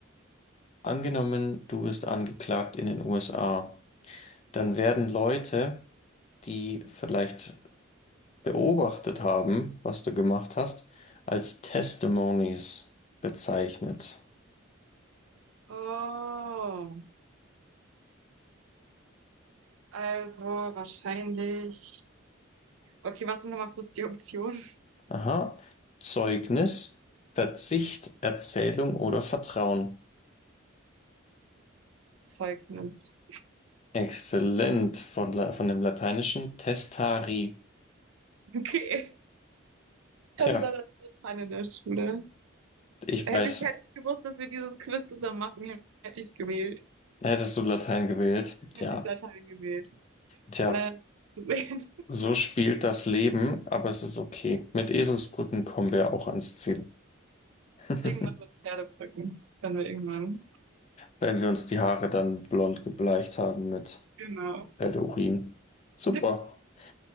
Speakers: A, on the left; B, on the right.
A: angenommen, du wirst angeklagt in den USA, dann werden Leute, die vielleicht beobachtet haben, was du gemacht hast, als Testimonies bezeichnet.
B: Oh, also wahrscheinlich. Okay, was sind nochmal kurz die Optionen? <laughs>
A: Aha. Zeugnis, Verzicht, Erzählung oder Vertrauen.
B: Zeugnis.
A: Exzellent von, La von dem lateinischen testari.
B: Okay. Ich
A: Tja,
B: hatte leider keine in der Schule.
A: ich
B: Hätte
A: weiß,
B: ich, hätte ich gewusst, dass wir dieses Quiz zusammen machen, hätte ich es gewählt.
A: hättest du Latein gewählt?
B: Hätte
A: Ja.
B: ich Latein gewählt.
A: Tja,
B: Weil leider nicht gesehen,
A: so spielt das Leben, aber es ist okay. Mit Eselsbrücken kommen wir auch ans Ziel.
B: <laughs>
A: <laughs>
B: irgendwann mit Pferdebrücken. Dann wir irgendwann.
A: Wenn wir uns die Haare dann blond gebleicht haben mit
B: Genau.
A: Pferdeurin. Super.
B: <laughs>
A: <laughs>